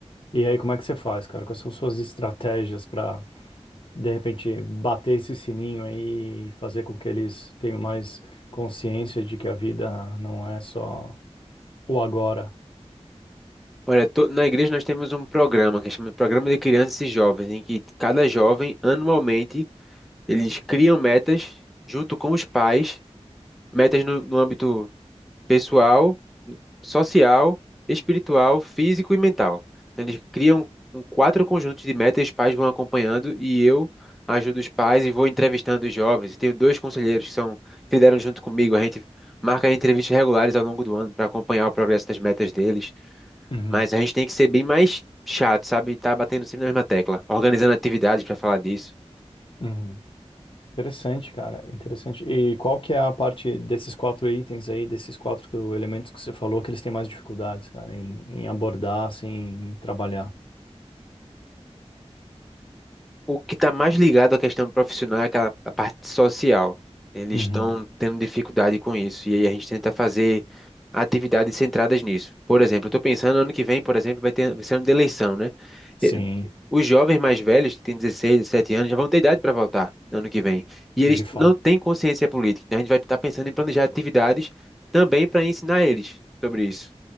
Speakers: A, on the left; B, in the centre.
A: E aí, como é que você faz, cara? Quais são suas estratégias pra de repente, bater esse sininho aí e fazer com que eles tenham mais consciência de que a vida não é só o agora?
B: Olha, to- na igreja nós temos um programa que chama Programa de Crianças e Jovens, em que cada jovem, anualmente, eles criam metas junto com os pais, metas no, no âmbito pessoal, social, espiritual, físico e mental. Então, Eles criam um- quatro conjuntos de metas, os pais vão acompanhando e eu ajudo os pais e vou entrevistando os jovens. E tenho dois conselheiros que são que lideram junto comigo. A gente marca entrevistas regulares ao longo do ano para acompanhar o progresso das metas deles.
A: Uhum,
B: Mas a gente tem que ser bem mais chato, sabe? E tá batendo sempre na mesma tecla, organizando atividades para falar disso.
A: uhum. Interessante, cara, interessante. E qual que é a parte desses quatro itens aí, desses quatro que- elementos que você falou, que eles têm mais dificuldades, cara, em, em abordar, assim, em trabalhar?
B: O que está mais ligado à questão profissional é aquela a parte social. Eles
A: Uhum.
B: estão tendo dificuldade com isso e aí a gente tenta fazer atividades centradas nisso. Por exemplo, eu estou pensando ano que vem, por exemplo, vai ter vai ser ano de eleição, né?
A: Sim,
B: E- Os jovens mais velhos, que têm 16, 17 anos, já vão ter idade para votar ano que vem. E eles
A: de fato.
B: não têm consciência política. Então a gente vai estar pensando em planejar atividades também para ensinar eles sobre isso.